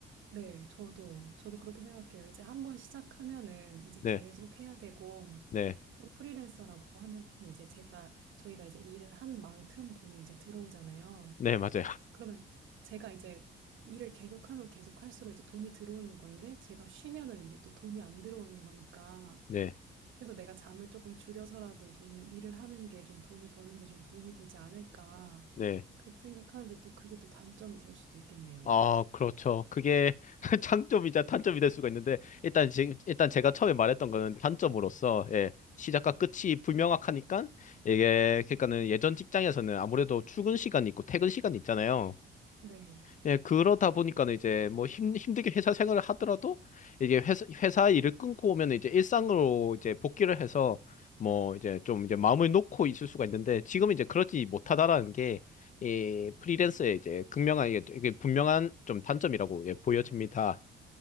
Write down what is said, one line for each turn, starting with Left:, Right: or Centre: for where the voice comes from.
Right: 네, 저도, 저도 그렇게 생각해요. 이제 한번 시작하면은 이제
Left: 네.
Right: 계속 해야 되고,
Left: 네.
Right: 또 프리랜서라고 하면 이제 제가, 저희가 이제 일을 한 만큼 돈이 이제 들어오잖아요.
Left: 네, 맞아요.
Right: 그러면 제가 이제 일을 계속하면 계속할수록 이제 돈이 들어오는 건데 제가 쉬면은 이게 또 돈이 안 들어오는 거니까
Left: 네,
Right: 그래서 내가 잠을 조금 줄여서라도 돈을 일을 하는 게 좀 돈을 버는 데 좀 도움이 되지 않을까
Left: 네.
Right: 그렇게 생각하는데 또 그게 또 단점이 될 수도 있겠네요.
Left: 아, 그렇죠. 그게 <laughs> 장점이자 단점이 될 수가 있는데, 일단, 지, 일단 제가 처음에 말했던 거는 단점으로서, 예, 시작과 끝이 불명확하니까, 이게, 그러니까는 예전 직장에서는 아무래도 출근 시간이 있고 퇴근 시간이 있잖아요.
Right: 네.
Left: 예, 그러다 보니까는 이제 뭐 힘, 힘들게 회사 생활을 하더라도 이게 회사, 회사 일을 끊고 오면 이제 일상으로 이제 복귀를 해서 뭐 이제 좀 이제 마음을 놓고 있을 수가 있는데 지금은 이제 그러지 못하다라는 게 이 프리랜서의 이제 극명한 이게, 이게 분명한 좀 단점이라고 예, 보여집니다.